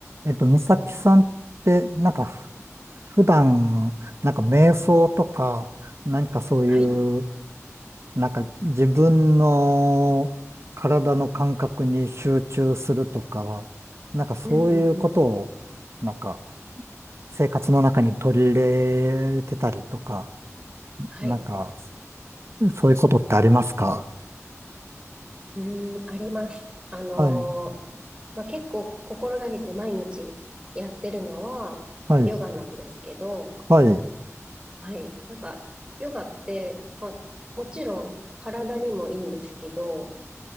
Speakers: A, on the right; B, on the right.
A: えっと、美咲さんって、なんかふ、普段、なんか瞑想とか、何かそういう、
B: はい。
A: なんか自分の体の感覚に集中するとか、なんかそういうことを、
B: うんうんうん。
A: なんか生活の中に取り入れてたりとか、
B: はい。
A: なんか、そういうことってありますか
B: うん、うーんあります。あのー
A: はい、
B: まあ、結構心がけて毎日やってるのはヨガなんですけど、
A: はい、はい、
B: はい。なんか、ヨガって、まあ、もちろん体にもいいんですけど、